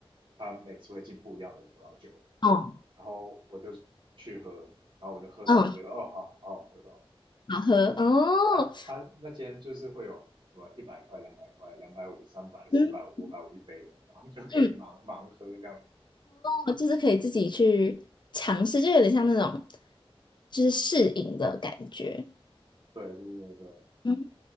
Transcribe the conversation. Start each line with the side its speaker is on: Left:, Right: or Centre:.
Right: 他每次会进不一样的葡萄酒，
Left: <laughs>，哦，
Right: 然后我就去喝，然后我就喝到我觉得哦好好好喝哦，
Left: 嗯，好喝哦，
Right: 他他那间就是会有什么一百块、两百块、两百五、三百、四百五、
Left: 嗯
Right: 五百五一杯的，然后就可以盲盲喝这样子。
Left: 嗯，哦，就是可以自己去尝试，就有点像那种就是试饮的感觉，
Right: 对对对对，
Left: 嗯，